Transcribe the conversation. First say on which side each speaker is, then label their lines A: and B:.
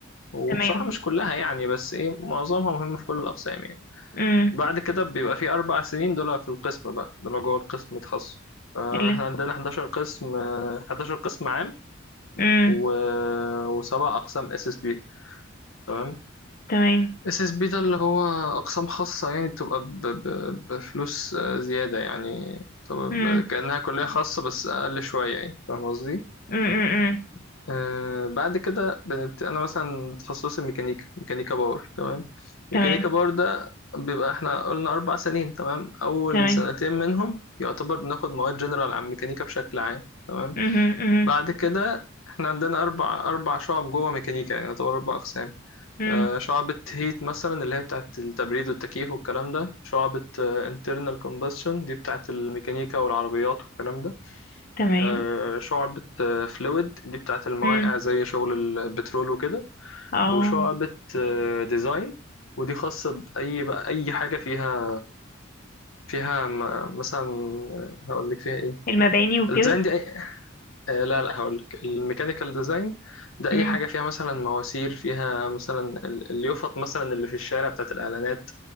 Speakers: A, on the left; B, on the left.
A: وبصراحة
B: تمام
A: مش كلها يعني بس ايه معظمها مهمة في كل الأقسام يعني
B: امم
A: بعد كده بيبقى في أربع سنين دول في القسم بقى دول جوه القسم تخصص فاحنا
B: اللي
A: عندنا 11 قسم آه، 11 قسم عام
B: امم
A: و... آه، وسبع أقسام اس اس بي تمام
B: تمام
A: اس اس بي ده اللي هو اقسام خاصه يعني بتبقى ب... ب... بفلوس آه، زياده يعني بتبقى
B: امم
A: ب... كانها كليه خاصه بس اقل شويه يعني فاهم قصدي
B: امم امم
A: آه بعد كده بت... انا مثلا تخصصي ميكانيكا ميكانيكا باور تمام ميكانيكا
B: تمام
A: باور ده بيبقى احنا قلنا اربع سنين تمام اول
B: تمام
A: سنتين منهم يعتبر بناخد مواد جنرال عن ميكانيكا بشكل عام تمام
B: مهم. مهم.
A: بعد كده احنا عندنا اربع اربع شعب جوه ميكانيكا يعني يعتبر اربع اقسام
B: مم.
A: آه، شعبة هيت مثلا اللي هي بتاعت التبريد والتكييف والكلام ده شعبة آه، internal combustion دي بتاعت الميكانيكا والعربيات والكلام ده
B: تمام
A: آه، شعبة فلويد دي بتاعت المواقع
B: مم.
A: زي شغل البترول وكده
B: اه
A: وشعبة ديزاين ودي خاصة بأي بقى أي حاجة فيها فيها م- مثلا آه، هقول لك فيها ايه
B: المباني وكده
A: الديزاين دي أي... آه، لا لا هقول لك الميكانيكال ديزاين ده اي
B: مم.
A: حاجه فيها مثلا مواسير فيها مثلا ال- اليافط مثلا اللي في الشارع بتاعت الاعلانات